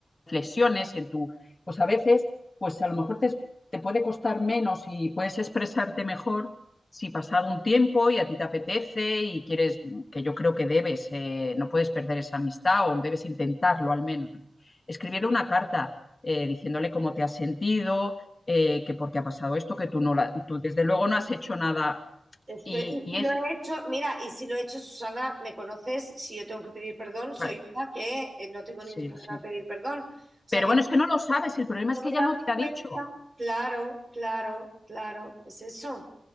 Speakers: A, on the left; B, on the right.
A: reflexiones, en tu, pues a veces, pues a lo mejor te, te puede costar menos y puedes expresarte mejor si pasado un tiempo y a ti te apetece y quieres, que yo creo que debes, eh, no puedes perder esa amistad o debes intentarlo al menos. Escribirle una carta eh, diciéndole cómo te has sentido, eh, que porque ha pasado esto, que tú no la, tú desde luego no has hecho nada
B: Espe-
A: y,
B: y
A: y
B: si
A: es,
B: lo he hecho, mira, y si lo he hecho, Susana, me conoces, si yo tengo que pedir perdón, soy
A: vale,
B: una que eh, no tengo
A: sí,
B: ningún problema
A: sí.
B: en pedir perdón. O sea
A: Pero
B: que
A: bueno,
B: si
A: es que no lo sabes, el problema
B: no
A: es que
B: me he
A: ella
B: dado
A: no te ha
B: cuenta,
A: dicho.
B: claro, claro, claro, es eso.